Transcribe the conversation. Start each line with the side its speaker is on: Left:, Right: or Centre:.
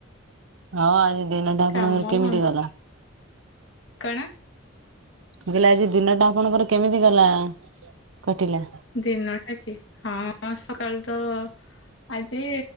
Right: ହଉ ଆଜି ଦିନଟା
Left: କାମ
Right: ଆପଣଙ୍କର କେମିତି
Left: ବନ୍ଦ
Right: ଗଲା।
Left: କଣ?
Right: କହିଲେ ଆଜି ଦିନଟା ଆପଣଙ୍କର କେମିତି ଗଲା? କଟିଲା।
Left: ଦିନଟା କି ହଁ ସକାଳୁ ତ ଆଜି